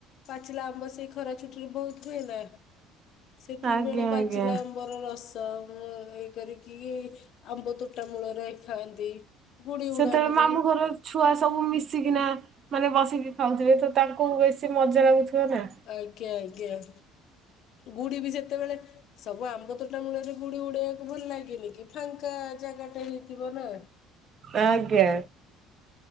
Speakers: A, on the left; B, on the right.
A: ପାଚିଲା ଆମ୍ବ ସେଇ ଖରା ଛୁଟି ରେ ବହୁତ ହୁଏନା? ସେତିକି
B: ଆଜ୍ଞା
A: ବେଳେ ପାଚିଲା
B: ଆଜ୍ଞା।
A: ଆ ଆମ୍ୱର ରସ ଏଇ କରିକି ଆମ୍ବ ତୁଟା ମୂଳରେ ଖାଆନ୍ତି। ଗୁଡି
B: ସେତେବେଳେ
A: ଉଡ଼ାନ୍ତି।
B: ମାମୁଁ ଘର ଛୁଆ ସବୁ ମିଶିକିନା ମାନେ ବସିକି ଖାଉଥିବେ ତ ତାଙ୍କୁ ବେଶୀ ମଜା ଲାଗୁଥିବ ନା।
A: ଆଜ୍ଞା ଆଜ୍ଞା। ଗୁଡି ବି ଯେତେବେଳେ ସବୁ ଆମ୍ବ ତୋଟା ମୂଳରେ ଗୁଡି ଉଡେଇବାକୁ ଭଲ ଲାଗେନି କି ଫାଙ୍କା ଜାଗା ଟା ହେଇଥିବ ନା
B: ଆଜ୍ଞା।